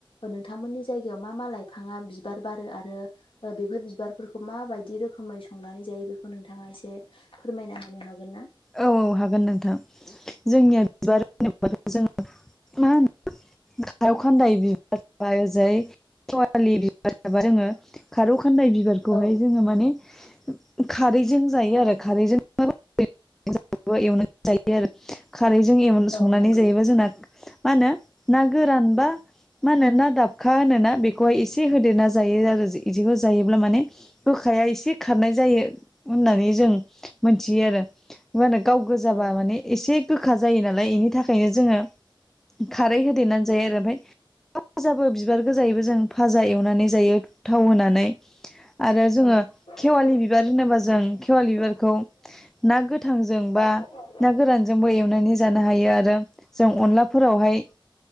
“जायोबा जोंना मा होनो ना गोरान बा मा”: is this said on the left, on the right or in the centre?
Centre